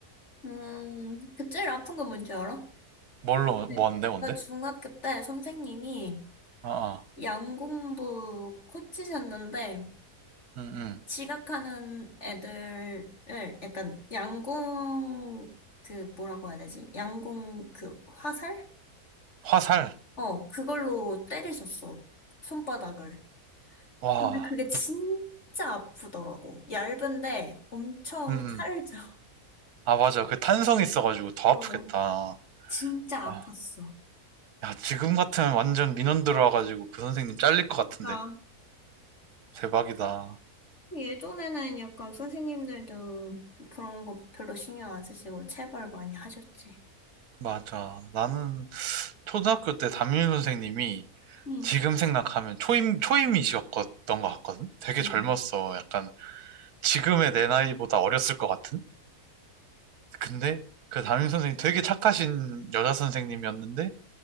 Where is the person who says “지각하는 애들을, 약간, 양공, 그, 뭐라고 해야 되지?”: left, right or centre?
Left